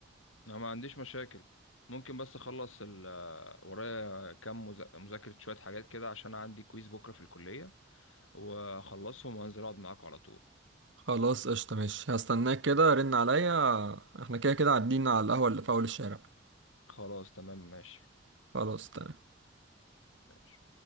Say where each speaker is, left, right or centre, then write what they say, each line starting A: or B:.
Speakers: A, on the left (about 85°); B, on the right (about 65°).
A: انا ما عنديش مشاكل ممكن بس اخلص ال آه، ورايا كام مذا- مذاكره شويه حاجات كده عشان عندي كويز بكره في الكليه واخلصهم وانزل اقعد معاكم على طول
B: خلاص قشطة ماشي هستناك كده رن عليا احنا كده كده عدينا على القهوة اللي في أول الشارع
A: خلاص تمام ماشي
B: خلاص تمام
A: ماشي